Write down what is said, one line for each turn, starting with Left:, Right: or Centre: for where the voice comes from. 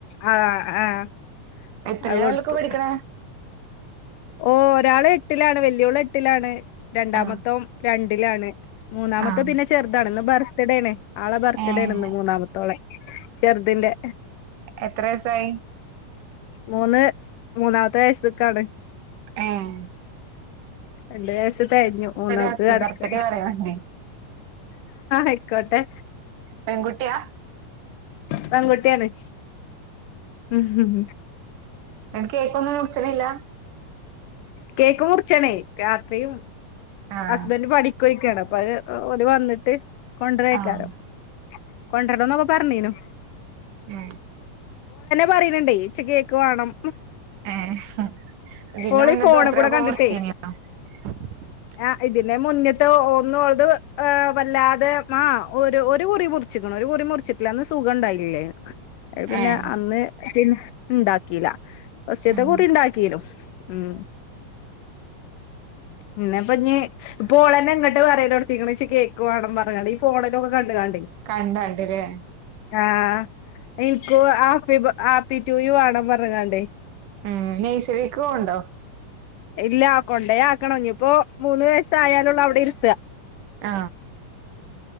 Left: ആ ആഹ്
Right: എത്ര
Left: അത്
Right: ലൊക്കെ
Left: കൊടുത്തു
Right: ആൾക്ക് പഠിക്കണ
Left: ഓ ഒരാള് എട്ടിലാണ് വലിയോൾ എട്ടിലാണ് രണ്ടാമത്തവൻ
Right: ആഹ്
Left: രണ്ടിലാണ് മൂന്നാമത്തെ
Right: ആഹ്
Left: പിന്നെ ചെറുതാണ് ഇന്ന് ബർത്ത്ഡേ ആണ് ആളെ ബർത്ത്ഡേ
Right: ഏഹ്
Left: ആണ് ഇന്ന് മൂന്നാമത്തോളെ ചെറുതിന്റെ
Right: എത്ര ദിസായി
Left: മൂന്ന് മൂന്നാമത്തെ വയസ്സക്കാണ്
Right: ആഹ്
Left: രണ്ട് വയസ്സ് തയഞ്ഞു മൂന്നാമത്തെ
Right: ഹാപ്പി
Left: കടക്കാണ്.
Right: ബർത്ത്ഡേ പറയാനുണ്ടേ
Left: അയ്ക്കോട്ടെ
Right: പെൺകുട്ടിയാ
Left: പെൺകുട്ട്യാണ്. ഉം ഉം
Right: ന്ന് ട്ട് കേക്കൊന്നും മുറിച്ച്ണ്ല്ല
Left: കേക്ക് മുറിച്ചാണേ രാത്രിയും
Right: ആഹ്
Left: ഹസ്ബന്റ് പണിക്ക് പോയ്ക്കാണപ്പ് പ്പത് ഓല് വന്ന്ട്ട് കൊൻഡ്രേക്കാരം
Right: ആഹ്
Left: കൊണ്ട്രണം ന്നൊക്കെ പറഞ്ഞീന്നു
Right: എ
Left: പറയ്ണ്ണ്ടേ ച്ച് കേക്ക് വാണം
Right: ഏഹ് ഇതിന്റെ
Left: ഓളി
Right: മുന്നത്തെ
Left: ഫോണ്
Right: ബർത്ത്ഡേക്കൊക്കെ
Left: കൂടെ കണ്ട്ട്ടേ
Right: മുറിച്ചീനിയോ <inaudible>
Left: അ ഇതിന്റെ മുന്ന്ത്തെ ഒന്ന് ഓള്ത് വെല്ലാതെ ആ ഒരു കുറി മുർച്ച്ക്ക്ണ് മുറി മുറിച്ചിട്ടില്ല അന്ന് സുഖണ്ടായില്ലേ അത് പിന്നെ
Right: ഏഹ്
Left: അന്ന് പിന്നെ ണ്ടാക്കീല ഫസ്റ്റ്ത്തെ
Right: ഉം
Left: കുറി ണ്ടാക്കിനു ഉം പിന്നെ അപ്പ ഞ്ഞി ഇപ്പോളെന്നെ ങ്ങട്ട് പറയലൊട്ത്തീക്ക്ണ് ച്ച് കേക്ക് വാണം പറഞാളീ - ഫോണിലൊക്കെ കണ്ട് കാണ്ടെ
Right: കണ്ടാണ്ടില്ലേ
Left: ആ എനിക്കു ആപ്പി ബ ആപ്പി റ്റൂ യൂ വാണം പറഞ്ഞ്ങ്ങാണ്ടേ
Right: ഉം നെയ്സറിക്കോവ് ണ്ടോ
Left: ഇല്ല കൊണ്ടേ ആക്കണം ഞ്ഞിപ്പോ മൂന്ന് വയസായാലുള്ളൂ അവിടെ ഇര്ത്ത
Right: ആ